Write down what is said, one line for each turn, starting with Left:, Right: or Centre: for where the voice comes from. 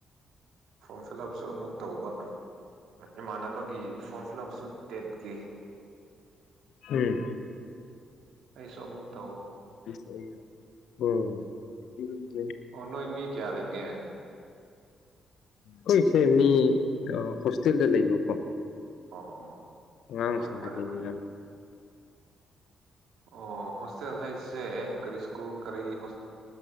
Right: ꯐꯣꯔꯝ ꯐꯤꯜ ꯎꯞꯁꯨ ꯑꯃꯨꯛ ꯇꯧꯕ ꯏꯃꯥꯟꯅꯕꯒꯤ ꯐꯣꯔꯝ ꯐꯤꯜ ꯑꯞꯁꯨ ꯇꯦꯠꯈꯤ
Left: ꯎꯝ
Right: ꯑꯩꯁꯨ ꯑꯃꯨꯛ ꯇꯧ
Left: ꯍ
Right: ꯑꯣꯅꯣ ꯏꯃꯤ ꯀꯌꯥ ꯂꯩꯒꯦ
Left: ꯍꯣꯏꯁꯦ ꯃꯤ ꯍꯣꯁꯇꯦꯜꯗ ꯂꯩꯕꯀꯣ
Right: ꯑꯣ ꯑꯣ
Left: ꯑꯉꯥꯡꯁꯤꯡꯗꯅꯤ
Right: ꯍꯣꯏ ꯐꯔꯦ ꯐꯔꯦ ꯑꯣ ꯍꯣꯁꯇꯦꯜ ꯍꯥꯏꯁꯦ ꯀꯔꯤ ꯁ꯭ꯀꯨꯜ ꯀꯔꯤ ꯍꯣꯁ